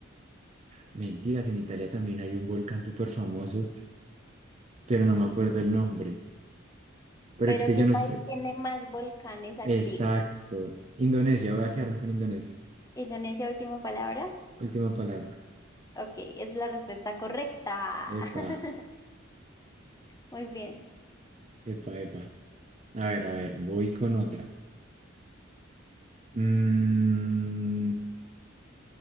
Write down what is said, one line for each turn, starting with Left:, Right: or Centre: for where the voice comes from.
Right: Mentiras, en Italia también hay un volcán súper famoso, pero no me acuerdo el nombre. Pero
Left: pero
Right: es que
Left: ¿qué
Right: yo no
Left: país
Right: sé.
Left: tiene más volcanes activos?
Right: Exacto. Indonesia, voy a quedarme con Indonesia.
Left: Indonesia, última palabra.
Right: Última palabra.
Left: Ok, es la respuesta correcta.
Right: Epa,
Left: <laughs> Muy bien.
Right: epa, epa. A ver, a ver, voy con otra. Mmm...